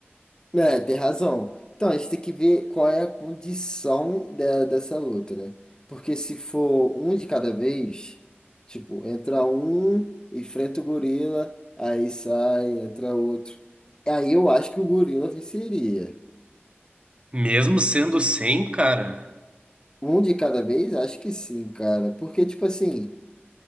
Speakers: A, on the left; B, on the right.
A: É, tem razão. Então, a gente tem que ver qual é a condição da, dessa luta, né? Porque se for um de cada vez, tipo, entra um, enfrenta o gorila, aí sai, entra outro. Aí eu acho que o gorila venceria.
B: Mesmo sendo 100, cara.
A: Um de cada vez? Acho que sim, cara. Porque, tipo assim,